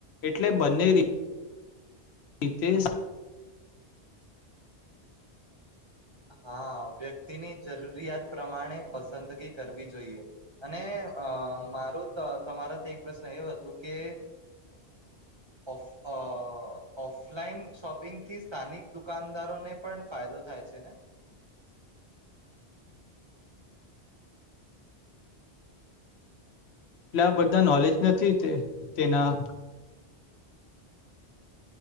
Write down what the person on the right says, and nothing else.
હા વ્યક્તિની જરૂરિયાત પ્રમાણે પસંદગી કરવી જોઈએ અને અ મારો તમારાથી એક પ્રશ્ન એવ હતોું કે અફ અ ઓફલાઈન શોપિંગ થી સ્થાનિક દુકાનદારોને પણ ફાયદો થાય છે ને